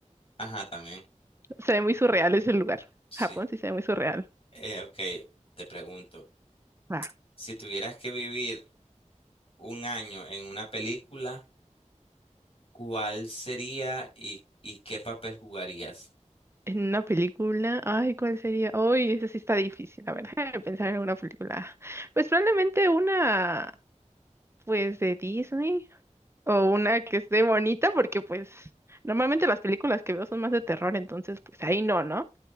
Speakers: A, on the left; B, on the right.
A: Ajá, también.
B: se ve muy surreal ese lugar.
A: Sí.
B: Japón sí se ve muy surreal.
A: Eh, ok, te pregunto,
B: Ah,
A: si tuvieras que vivir un año en una película, ¿cuál sería y, y qué papel jugarías?
B: en una película, ay, ¿cuál sería? Uy, esa sí está difícil, a ver, déjame <laughs> pensar en una película. Pues probablemente una, pues de Disney. O una que esté bonita, porque pues normalmente las películas que veo son más de terror, entonces pues ahí no, ¿no?